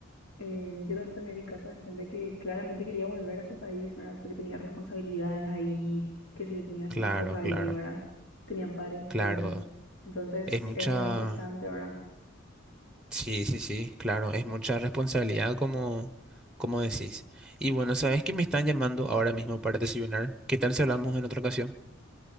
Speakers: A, on the left (about 65°); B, in the centre.
A: Eh, yo ta- también vi casos de gente que claramente quería volver a su país, ¿verdad? Porque tenía responsabilidades ahí, qué sé yo, tenía
B: Claro,
A: hijos ahí,
B: claro,
A: ¿verdad? Tenía padres enfermos.
B: claro.
A: Entonces
B: Es mucha...
A: era muy estresante, ¿verdad?
B: Sí, sí, sí, claro. Es mucha responsabilidad como, como decís. Y bueno, sabes que me están llamando ahora mismo para desayunar. ¿Qué tal si hablamos en otra ocasión?